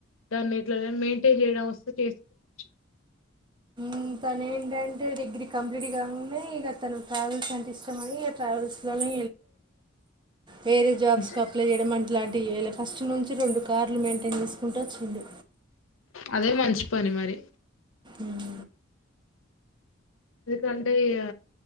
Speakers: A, on the left; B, on the right.
A: దాన్ని ఎట్లనా మెయింటైన్ చేయడం వస్తే చేసుకోవచ్చు
B: మ్ తను ఏంటంటే డిగ్రీ కంప్లీట్ గానే ఇగా తను ట్రావెల్స్ అంటే ఇష్టమని ట్రావెల్స్ లోనే వేరే జాబ్స్
A: అంతే
B: కి అప్లై చేయడం ఇలాంటివిచేయలె ఫస్ట్ నుంచి రెండు కార్లు మెయింటైన్ చేసుకుంటూ వచ్చిండు
A: అదే మంచి పని మరి
B: మ్
A: ఎందుకంటే ఇగ